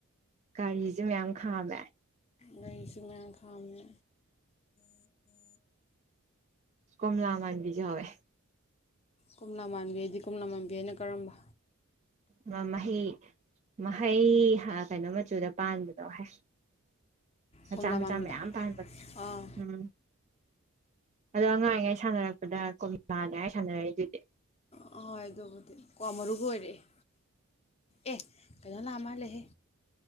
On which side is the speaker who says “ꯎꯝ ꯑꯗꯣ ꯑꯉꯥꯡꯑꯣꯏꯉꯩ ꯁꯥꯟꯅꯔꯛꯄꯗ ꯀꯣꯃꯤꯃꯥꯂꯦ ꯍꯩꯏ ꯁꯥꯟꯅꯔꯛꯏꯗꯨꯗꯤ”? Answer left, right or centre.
Right